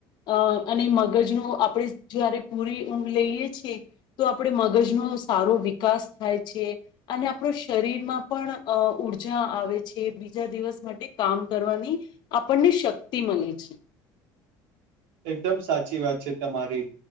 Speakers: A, on the left (about 50°); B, on the right (about 80°).
A: અ અને મગજનો આપડે જયારે પૂરી ઊંઘ લઈએ છે. તો આપડે મગજનો સારો વિકાસ થાય છે, અને આપણો શરીરમાં પણ અ ઊર્જા આવે છે, બીજા દિવસ માટે કામ કરવાની આપણને શક્તિ મલે છે.
B: એકદમ સાચી વાત છે, તમારી